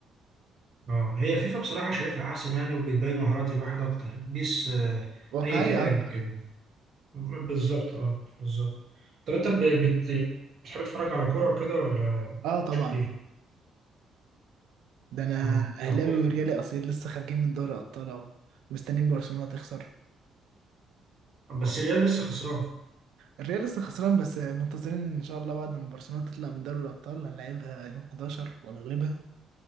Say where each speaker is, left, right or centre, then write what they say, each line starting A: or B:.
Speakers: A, on the right; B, on the right.
A: اه هي فيفا بصراحة شايفها احسن يعني وبتبين مهارات الواحد اكتر بيس آه
B: واقعية
A: اي كلام
B: أكتر
A: كده بالظبط اه بالظبط طب انت ب- بت... بتحب تتفرج على كورة وكده ولا
B: اه طبعا
A: مش كتير؟
B: ده انا
A: اه
B: اهلاوي
A: طب
B: وريالي اصيل لسه خارجين من دوري ابطال اهو مستنيين برشلونة تخسر
A: بس الريال لسه خسران
B: الريال لسه خسران بس منتظرين ان شاء الله بعد ما برشلونة تطلع من دوري الابطال هنلعبها يوم 11 ونغلبها